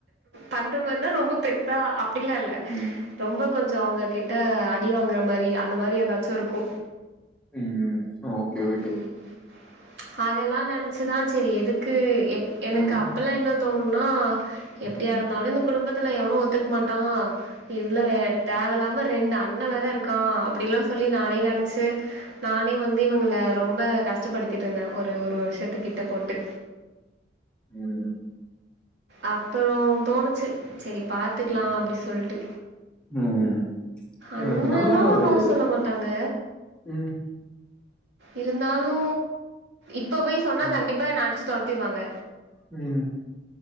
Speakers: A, on the right; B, in the centre.
A: பண்ற மாரினா ரொம்ப பெருசா அப்டிலா இல்ல
B: ம்
A: ரொம்ப கொஞ்சொ அவுங்ககிட்ட அடி வாங்குற மாரி அந்த மாரி ஏதாச்சு இருக்கு
B: ம் ம் ஓ ஓகே ஓகே
A: ம் அதெல்லா நெனச்சுதா சரி எதுக்கு எ எனக்கு
B: ம்
A: அப்பலா என்ன தோணுனா எப்டியா
B: ம்
A: இருந்தாலு இந்த குடும்பத்துல எவனு ஒத்துக்க மாட்டா இதுல வே தேவல்லாம ரெண்டு அண்ண வேற இருக்கா அப்டிலா சொல்லி நானே நெனச்சு நானே வந்து இவுங்கள ரொம்ப கஷ்டப்படுத்திட்ருந்தே ஒரு ஒரு வருஷத்துக்கிட்ட போட்டு
B: ம்
A: அப்றோ தோணுச்சு சரி பாத்துக்லா அப்டி சொல்ட்டு
B: ம்
A: அண்ணனு
B: எனக்கு நல்ல ஒரு
A: நோ சொல்ல மாட்டாங்க
B: ம்
A: இருந்தாலு இப்ப போய் சொன்னா
B: ம்
A: கண்டிப்பா என்ன அடிச்சு தொரத்திருவாங்க
B: ம்